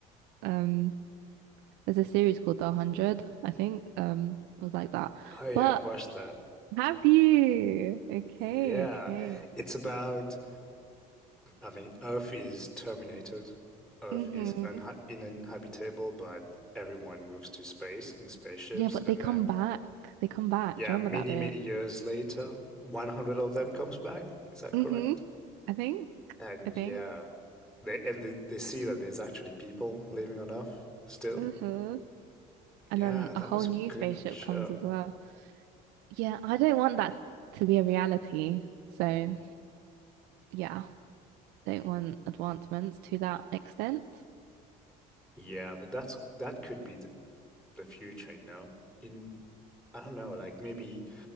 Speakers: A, on the right (about 80°); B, in the centre.
A: um there's a series called The 100, I think. Um it was like that.
B: Oh yeah,
A: But
B: I've watched that.
A: have you? Okay,
B: Yeah,
A: okay.
B: it's about, I mean, Earth is terminated. Earth
A: Mm-hmm.
B: is unha uninhabitable, but everyone moves to space in spaceships.
A: Yeah, but
B: And
A: they come
B: then,
A: back. They come back.
B: yeah,
A: Do you remember
B: many,
A: that bit?
B: many years later, 100 of them comes back. Is that
A: Mm-hmm.
B: correct?
A: I think.
B: And
A: I think.
B: yeah, they and they, they see that there's actually people living on Earth still.
A: Mm-hmm.
B: Yeah,
A: And then
B: that
A: a whole
B: was
A: new
B: a good
A: spaceship
B: show.
A: comes as well. Yeah, I don't want that to be a reality. So, yeah. don't want advancements to that extent.
B: Yeah, but that's that could be the the future, you know? In I don't know, like maybe